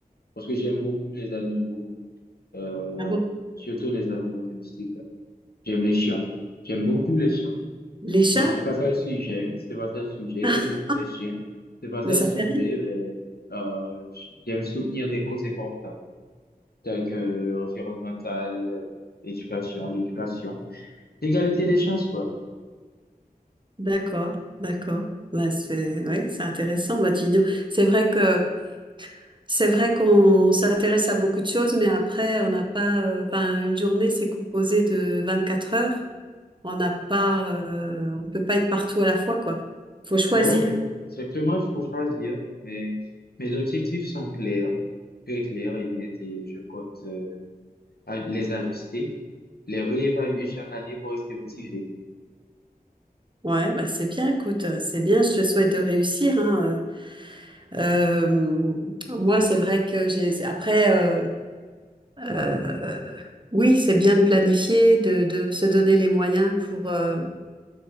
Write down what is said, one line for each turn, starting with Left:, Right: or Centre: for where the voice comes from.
Left: parce que j'aime beaucoup les animaux, euh,
Right: Ah bon?
Left: surtout les animaux domestiques. J'aime les chiens. J'aime beaucoup les chiens.
Right: Les chats?
Left: Bon, c'est pas ça le sujet, c'est pas ça le sujet.
Right: <laughs>
Left: J'aime beaucoup les chiens. C'est pas ça
Right: Mais ça
Left: le sujet,
Right: fait
Left: mais, euh, j'aime soutenir des causes importantes. tels que l'environnemental, euh, l'éducation, l'éducation. L'égalité des chances, quoi.
Right: D'accord, d'accord. Bah, c'est ouais, c'est intéressant votre vidéo. C'est vrai que c'est vrai qu'on s'intéresse à beaucoup de choses, mais après on n'a pas. euh, Enfin, une journée c'est composé de 24 heures. On n'a pas. euh, on peut pas être partout à la fois, quoi. Faut choisir.
Left: Ouais, exactement, il faut choisir. Mais mes objectifs sont clairs, très clairs et nets, et je compte euh, à- les ajuster, les réévaluer chaque année pour rester motivé.
Right: Ouais, bah c'est bien. Écoute, euh, c'est bien. Je te souhaite de réussir. Hein. Euh, euh, moi, c'est vrai que j'ai. Après, euh, euh, oui, c'est bien de planifier, de de se donner les moyens pour. euh,